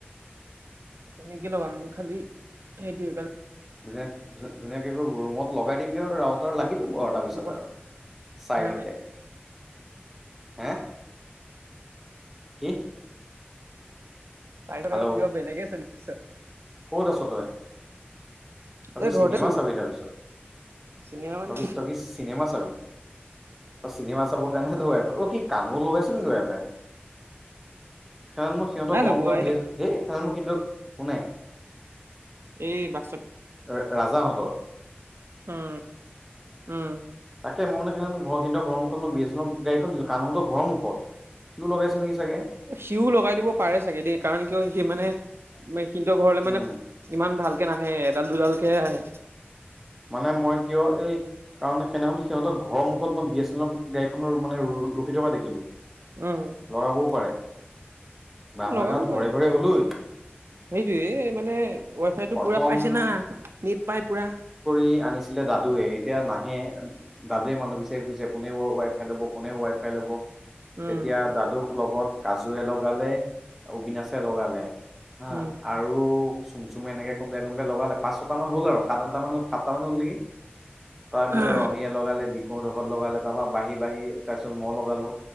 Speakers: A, on the right; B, in the centre.
A: এনে গিল ব ম খালি সেইটালি-
B: ধুন ধ ধুনীয়াকে ৰুমত লগাই দিবি আৰু ৰাত আৰু লাগি যাব- বৰ
A: কথাই
B: তাৰ পিছত আৰু
A: নাই
B: <unintelligible> হ্য কি?
A: নাই
B: হেল্ল'
A: কিবা বলেগে চলিছে।
B: ক'ত আছ তই? তক
A: এই
B: চিনেমা
A: ঘৰতে আছো
B: চাবি তাৰপিছত
A: চিনেমা মানে
B: ত ত চিনেমা চাবি- অ চিনেমা চাবৰ কাৰণে ৱাই ফাই অ কি কামো লগাইছে নেকি ৱাই ফাই? চয়ন্মক সিহঁতৰ
A: নাই
B: ঘৰমুখত
A: লগোৱা এই
B: বিছে হেই চয়ন্ম কিন্তু কোনে
A: এ বা
B: ৰা ৰাজাসকল
A: উম উম
B: হে মোন সেইজন ঘৰকিন্তৰ ঘৰ মুখত মই বি এছ চেনেলৰ গড়ীখন দিলো কানুহতৰ ঘৰ মুখত জুই লগাইছে নেকি চাগে
A: সিও লগাই দিব পাৰে চাগে দেই কাৰণ কিয় সি মানে কিন্ত ঘৰলে মানে
B: উম
A: ইমান ভালকে নাহে এডাল দুডাল কেহে আহে
B: মানে মই কিয় এই কাৰণ সেইদিনাখন সিহঁতক ঘৰৰ মুখত মই বি এছ চেনেলৰ গাড়ীখন মানে ৰ ৰখি থকা দেখিলো
A: উম
B: লগাবও পাৰে বা আমাৰ
A: লগাব
B: গাৱত
A: পাৰে
B: ঘৰে ঘৰে হল ঐ
A: সেইটোয়ে মানে ৱাই ফাই টো
B: প্ৰথম
A: পুৰা পাইছে না নেট পাই পুৰা
B: ই আনিছিলে দাদুৱে এতিয়া নাহে দাদুৱে মানুহ বিচাৰি ফুৰিছে কোনে ৱ ৱাই ফাই ল'ব কোনে ৱাই ফাই ল'ব
A: উম
B: তেতিয়া দাদু লগত কাজু এ লগালে অবিনাশে লগালে হা
A: উম
B: আৰু চুম চুম এনে কোনবাই কোনোবাই লগালে পাচঁ ছটা মান হ'ল আৰু সাত আঠটা মান আঠটা মান হল নেকি তাৰ পিছত
A: অ
B: ৰণীয়ে লগালে দীঘডু মত লগালে তাৰ পৰা বাঢ়ি বাঢ়ি তাৰ পিছত মই লগালো